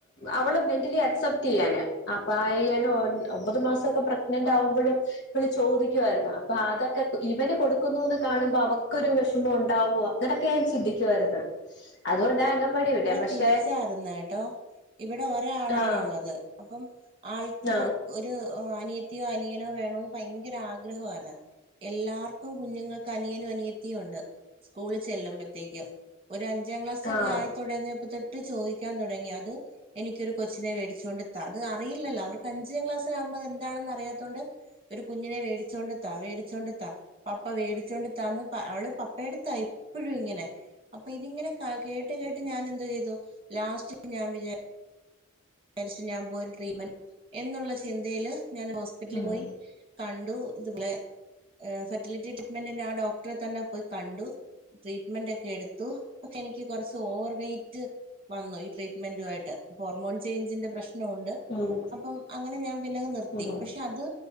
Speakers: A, on the left; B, on the right.
A: അവള് മെന്റലി അക്സെപ്റ്റ്യ്യാന് അപ്പ പയ്യാനേ ഒമ്പത് മാസൊക്കെ പ്രഗ്നന്റ് ആവുമ്പോഴും ഇവള് ചോദിക്കുവാരുന്നു അപ്പൊ അതൊക്കെ ഇവന് കൊടുക്കുന്നു എന്ന് കാണുമ്പോ അവക്കൊരു വിഷമം ഉണ്ടാവുവ അങ്ങൊക്കെ ഞാൻ ചിന്തിക്കുവാരുന്നു അതുകൊണ്ടാ അംഗൻവാടി വിട്ടെ പക്ഷെ
B: തിരിച്ചരുന്നു കേട്ടോ ഇവിടെ ഒരാളാണൊള്ളത്
A: ആഹ്
B: അപ്പം ആൾക്ക്
A: ആഹ്
B: തി ഒരു അനിയത്തിയോ അനിയനോ വേണോന്ന് ഭയങ്കര ആഗ്രഹവാരുന്ന് എല്ലാർക്കും കുഞ്ഞുങ്ങക്ക് അനിയനും അനിയത്തിയൊണ്ട് സ്കൂളിൽ ചെല്ലുമ്പത്തേക്ക് ഒരു അഞ്ചാം ക്ലാസൊക്കെ
A: ആഹ്
B: ആയി തുടങ്ങിയപ്പത്തൊ ട്ട് ചോയിക്കാൻ തൊടങ്ങി അത് എനിക്കൊരു കൊച്ചിനെ വേടിച്ചോണ്ട്താ അത് അറിയില്ലോ അവർക്ക് അഞ്ചാം ക്ലാസ്സിലാവുമ്പ അത് എന്താണെന്ന് അറിയാത്തോണ്ട് ഒരു കുഞ്ഞിനെ വേടിച്ചോണ്ട്ത്താ വേടിച്ചോണ്ട്ത്താ പപ്പ വേടിച്ചൊണ്ട്‌ത്താന്ന് അവള് പപ്പെടുത്താ എപ്പോഴും ഇങ്ങനെ അപ്പൊ ഇതിങ്ങനെ ത്താ കേട്ട് കേട്ട് ഞാൻ എന്തു ചെയ്തു ലാസ്റ്റ് ഞാൻ വിജാ വിചാരിച്ച് ഞാൻ പോയി ട്രീറ്റ്മെന്റ് എന്നുള്ള ചിന്തയില് ഞാൻ ഹോസ്പിറ്റലിൽ
A: ഉം
B: പോയി കണ്ടു ഇതുപോലെ ഏഹ് ഫെർട്ടിലിറ്റി ട്രീറ്റ്മെന്റിന് ആഹ് ഡോക്ടറെ തന്നെ പോയി കണ്ടു ട്രീറ്റ്മെന്റൊക്കെ എടുത്തു പക്ഷെ എനിക്ക് കൊറച്ച് ഓവർ വെയ്റ്റ് വന്നു ഈ ട്രീറ്റ്മെന്റുവായിട്ട് ഹോർമോൺ ചെയിഞ്ചിന്റെ പ്രശ്നം ഒണ്ട്
A: ഉം ഉം
B: അപ്പം അങ്ങനെ ഞാൻ പിന്നങ്ങ് നിർത്തി
A: ഉം
B: പക്ഷെ അത്